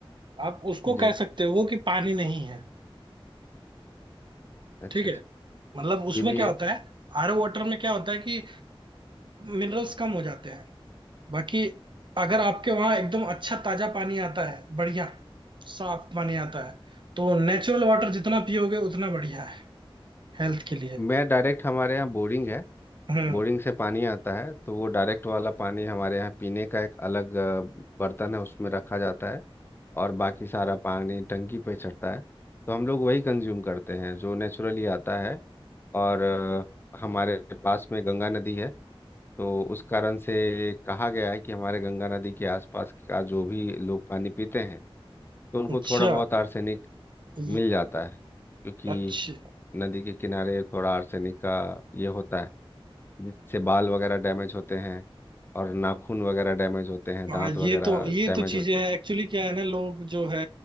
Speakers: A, on the right; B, on the left.
A: आप उसको
B: जी
A: कह सकते हो कि पानी नहीं है
B: अच्छा
A: ठीक है
B: अच्छा
A: मतलब उसमें
B: ये भी
A: क्या
B: है
A: होता है आरओ वाटर में क्या होता है कि मिनरल्स कम हो जाते हैं बाकी अगर आपके वहां एकदम अच्छा ताजा पानी आता है बढ़िया साफ पानी आता है तो नेचुरल वाटर जितना पियोगे उतना बढ़िया है हेल्थ के लिए
B: मैं डायरेक्ट हमारे यहाँ बोरिंग है
A: हम्म
B: बोरिंग से पानी आता है तो वो डायरेक्ट वाला पानी हमारे यहाँ पीने का एक अलग अ, बर्तन है उसमें रखा जाता है और बाकी सारा पानी टंकी पे चढ़ता है तो हम लोग वही कंज्यूम करते हैं जो नेचुरली आता है और अ, हमारे पास में गंगा नदी है तो उस कारण से कहा गया है कि हमारे गंगा नदी के आसपास का जो भी लोग पानी पीते हैं तो उनको
A: अच्छा
B: थोड़ा बहुत आर्सेनिक
A: ये-
B: मिल जाता है क्योंकि
A: अच्छा
B: नदी के किनारे थोड़ा आर्सेनिक का ये होता है जिससे बाल वगैरह डैमेज होते हैं और नाखून वगैरह डैमेज होते हैं
A: हाँ
B: दांत
A: ये
B: वगैरह
A: तो ये
B: डैमेज
A: तो चीजें
B: होते
A: हैं एक्चुअली क्या है ना लोग जो है